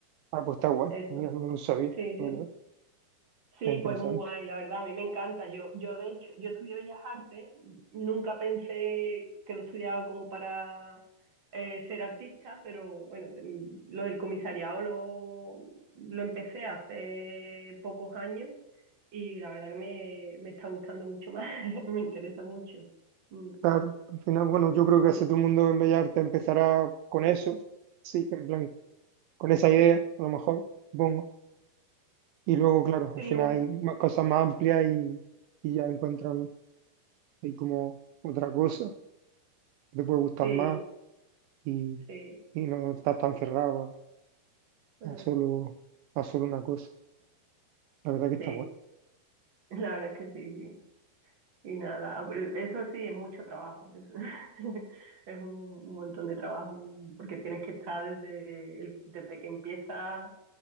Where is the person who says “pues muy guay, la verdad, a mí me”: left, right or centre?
Right